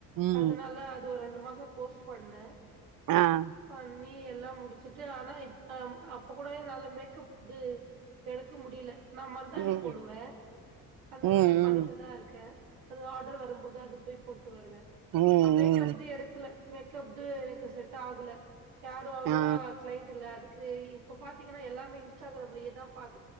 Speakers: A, on the right; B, on the right.
A: ம்
B: அதனால அது ஒரு ரெண்டு மாசோ கோஸ் பண்ண
A: ஆ
B: பண்ணி எல்லா முடிச்சிட்டு ஆனா இப் அம் அப்பகூட என்னால மேக்கப் இது எடுக்க முடில நா மர்தாணி
A: ம்
B: போடுவ அந்த
A: ம் ம்
B: வேல பண்ணிட்ருந் தா இருக்கே அது ஆடர் வரும்போது அது போய் போட்டு வருவ
A: ம்
B: நா மேக்கப்து
A: ம்
B: எடுக்கல மேக்கப்து எனக்கு செட்டாகுல யாரு அவ்ளோவா
A: ஆ
B: க்ளைண்டுல்ல அதுக்கு இ இப்ப பாத்தீங்கனா எல்லாமே இன்ஸ்டாகிராம்லயேதா பாத்து